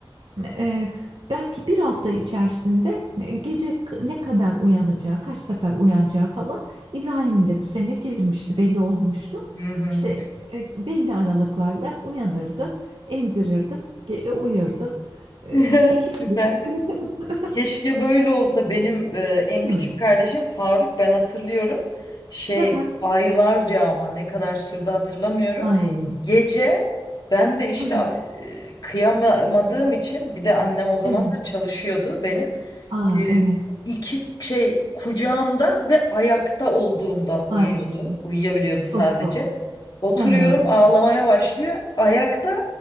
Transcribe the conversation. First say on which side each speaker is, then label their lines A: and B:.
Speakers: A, on the right; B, on the left.
A: e, belki bir hafta içerisinde e, gece ne kadar uyanacağı, kaç sefer uyanacağı falan İbrahim'in de düzene girmişti, belli olmuştu.
B: hı hı.
A: İşte e, belli aralıklarla uyanırdı, emzirirdi, geri uyurdu.
B: <laughs>
A: E,
B: Ya,
A: İkisi
B: Süper.
A: de. <laughs>
B: Keşke böyle olsa benim e, en
A: Hmm.
B: küçük kardeşim Faruk ben hatırlıyorum. Şey
A: Aha.
B: aylarca ama ne kadar sürdü hatırlamıyorum.
A: Ay.
B: Gece ben de işte
A: Aha.
B: e, kıyamadığım için bir de annem o zamanlar
A: Evet.
B: çalışıyordu benim
A: Aa,
B: e,
A: evet.
B: iki şey kucağımda ve ayakta olduğumda uyuyordu.
A: Ay.
B: Uyuyabiliyordu sadece.
A: Çok zor.
B: Oturuyorum
A: Aha.
B: ağlamaya başlıyor. Ayakta